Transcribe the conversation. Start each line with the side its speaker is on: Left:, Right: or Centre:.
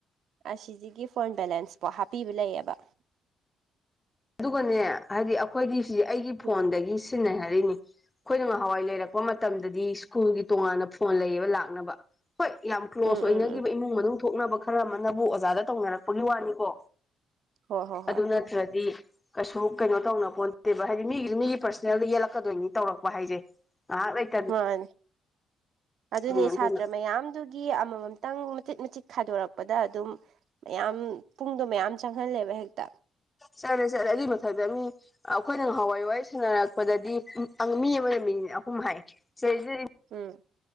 Right: ꯑꯁꯤꯁꯤꯒꯤ ꯐꯣꯟ ꯕꯦꯂꯦꯟꯁꯄꯣ ꯍꯥꯞꯄꯤꯕ ꯂꯩꯌꯦꯕ
Left: ꯑꯗꯨꯒꯅꯦ ꯍꯥꯏꯗꯤ ꯑꯩꯈꯣꯏꯗꯤ ꯁꯤꯗꯤ ꯑꯩꯒꯤ ꯐꯣꯟꯗꯒꯤ
Right: ꯎꯝ
Left: ꯁꯤꯟꯅꯩ ꯍꯥꯏꯔꯛꯏꯅꯤ ꯑꯩꯈꯣꯏꯅ ꯉꯍꯥꯟꯋꯥꯏ ꯂꯩꯔꯛꯄ ꯃꯇꯝꯗꯗꯤ ꯁ꯭ꯀꯨꯜꯒꯤ ꯇꯣꯉꯥꯟꯅ ꯐꯣꯟ ꯂꯩꯌꯦꯕ ꯂꯥꯛꯅꯕ ꯍꯣꯏ ꯌꯥꯝ ꯀ꯭ꯂꯣꯁ
Right: ꯎꯝ
Left: ꯑꯣꯏꯅꯈꯤꯕ
Right: ꯎꯝ ꯎꯝ
Left: ꯏꯃꯨꯡ ꯃꯅꯨꯡ ꯊꯣꯛꯅꯕ ꯈꯔ ꯑꯃꯅꯕꯨ ꯑꯣꯖꯥꯗ ꯇꯧꯅꯔꯛꯄꯒꯤ ꯋꯥꯅꯤꯀꯣ
Right: ꯍꯣꯏ ꯍꯣꯏ ꯍꯣꯏ
Left: ꯑꯗꯨ ꯅꯠꯇ꯭ꯔꯗꯤ꯫ ꯀꯩꯁꯨ ꯀꯩꯅꯣ ꯇꯧꯅ ꯄꫭꯟꯇꯦꯕ ꯍꯥꯏꯗꯤ ꯃꯤꯒꯤꯁꯨ ꯃꯤꯒꯤ ꯄ꯭ꯔꯁꯅꯦꯜꯗ ꯌꯦꯜꯂꯛꯀꯗꯣꯏꯅꯤ ꯇꯧꯔꯛꯄ ꯍꯥꯏꯁꯦ ꯉꯍꯥꯛꯂꯩ
Right: ꯃꯥꯅꯦ ꯑꯗꯨꯅꯦ
Left: ꯎꯝ ꯑꯗꯨꯅ
Right: ꯁꯥꯇ꯭ꯔ ꯃꯌꯥꯝꯗꯨ ꯒꯤ ꯑꯃꯃꯝꯇꯪ ꯃꯆꯤꯠ ꯃꯆꯤꯠ ꯈꯥꯏꯗꯣꯔꯛꯄꯗ ꯑꯗꯨꯝ ꯃꯌꯥꯝ ꯄꯨꯡꯗꯣ ꯃꯌꯥꯝ ꯆꯪꯍꯜꯂꯦꯕ ꯍꯦꯛꯇ
Left: ꯆꯠꯂꯦ ꯆꯠꯂꯦ ꯑꯗꯨꯏ ꯃꯊꯥꯛꯇ ꯃꯤ ꯑꯩꯈꯣꯏꯅ ꯉꯍꯥꯟꯋꯥꯏ ꯋꯥꯔꯤ ꯁꯥꯟꯅꯔꯛꯄꯗꯗꯤ ꯎꯝ ꯑꯪ ꯃꯤ ꯑꯃꯥꯅ ꯃꯤꯅꯤꯠ ꯑꯍꯨꯝ ꯍꯥꯏ ꯁꯤꯗꯩꯁꯤꯗꯗꯤ
Right: ꯎꯝ꯫